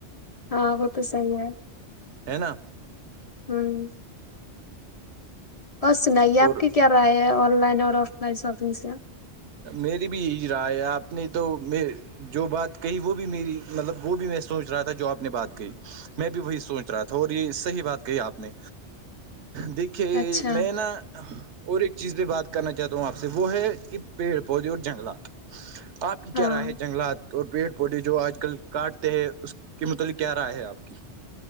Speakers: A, on the left; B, on the right.
A: ہاں وہ توسند ہے
B: ہے نا
A: ہوں اور سنائیے آپ
B: اور
A: کے کیا رہا ہے آن لائن اور آف لائن شاپنگ سے
B: میری بھی یہی رائے ہے آپ نے تو میں جو بات کہی وہ بھی میری مطلب وہ بھی میں سوچ رہا تھا جو آپ نے بات کہی میں بھی وہی سوچ رہا تھا اور یہ صحیح بات کہی آپ نے دیکھیے کہ
A: اچھا
B: میں نا اور ایک چیز پہ بات کرنا چاہتا ہوں آپ سے وہ ہے کہ پیڑ پودے اور جنگلات آپ کی کیا
A: ہاں
B: رائے ہے جنگلات اور پیڑ پودے جو آج کل کاٹتے ہیں اس کے متعلق کیا رائے ہے آپ کی